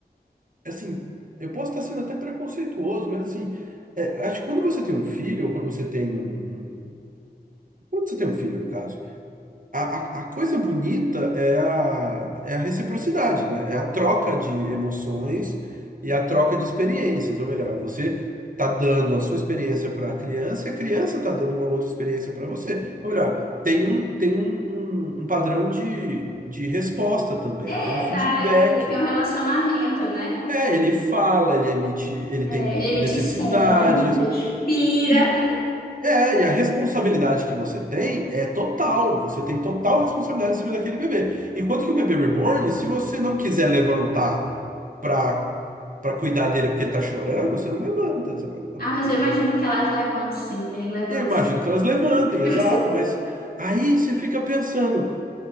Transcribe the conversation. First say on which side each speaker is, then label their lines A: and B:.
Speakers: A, on the right; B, on the left.
A: Assim, eu posso estar sendo até preconceituoso, mas assim. é, acho que quando você tem um filho, ou quando você tem um. um- Quando você tem um filho, no caso. A, a, a coisa bonita é a, é a reciprocidade, né? É a troca de emoções e a troca de experiências. Ou melhor, você tá dando a sua experiência para a criança e a criança tá dando uma outra experiência para você. Ou melhor, tem um, tem um, um, um padrão de, de resposta também,
B: É,
A: tem um feedback.
B: tá ali, tem um relacionamento, né?
A: É, ele fala, ele emite, ele
B: É,
A: tem
B: ele emite
A: necessidades.
B: sons, ele respira.
A: E, é, e a responsabilidade que você tem é total. Você tem total responsabilidade em cima daquele bebê. Enquanto que o bebê reborn, se você não quiser levantar pra, pra cuidar dele porque ele tá chorando, você não levanta. Você fala, "Não,
B: Ah, mas eu imagino
A: é."
B: que elas levantam sim, eles levantam
A: eu imagino
B: sim.
A: que elas levantem,
B: <laughs>
A: exato, mas aí você fica pensando,